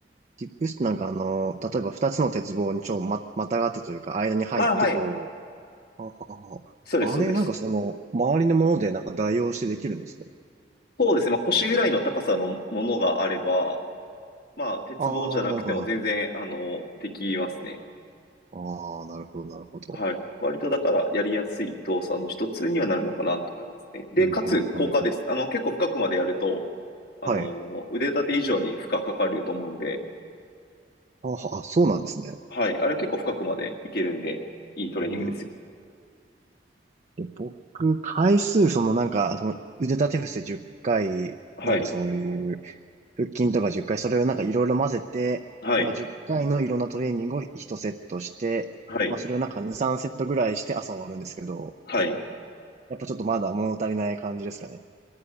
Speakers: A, on the right; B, on the left.
A: ディップスってなんかあの、例えば二つの鉄棒にちょ、ま、またがってというか、間に入ってこ
B: あ、はい。
A: う、あはは
B: そうです、そうです。
A: あれ、なんかその、周りのものでなんか代用してできるんですか
B: そうですね。まあ腰ぐらいの高さのものがあれば、まあ鉄棒じゃなくても全然、
A: ああー、なるほど、なるほ
B: あの、できますね。
A: ど。ああ、なるほど、なるほど。
B: はい。割とだからやりやすい動作の一つにはなるのかなと思いますね。で、
A: うん、
B: かつ効果です。
A: うん、うん、うん。
B: あの、結構深くまでやると、あの、
A: はい。
B: 腕立て以上に負荷かかると思うんで、
A: あは、あ、そうなんですね。
B: はい。あれは結構深くまでいけるんで、いいトレーニングですよ。
A: うん。で、僕、回数、そのなんか、その腕立て伏せ10回、
B: はい。
A: なんかそういう、腹筋とか10回、それをなんかいろいろ混ぜて、
B: はい。
A: なんか10回のいろんなトレーニングを1セットして、
B: はい。
A: まあそれをなんか2、3セットぐらいして朝終わるんですけど、
B: はい。
A: やっぱちょっとまだ物足りない感じですかね。